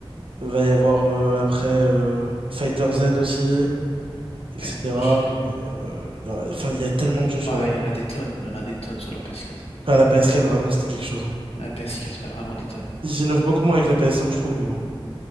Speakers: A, on the right (about 65°); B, on the left (about 85°).
A: va y avoir euh, après euh, Fighter Z aussi, etc.
B: Ouais. Je-
A: Mais, euh, y en a- enfin, il y a tellement de jeux sur
B: Ouais,
A: la,
B: il y en a des tonnes. Il y en a des tonnes sur la PS4.
A: à la PS4, vraiment, c'était quelque chose. hein.
B: La PS4, il y en a vraiment des tonnes.
A: Ils innovent beaucoup moins avec la PS5, je trouve, mais bon.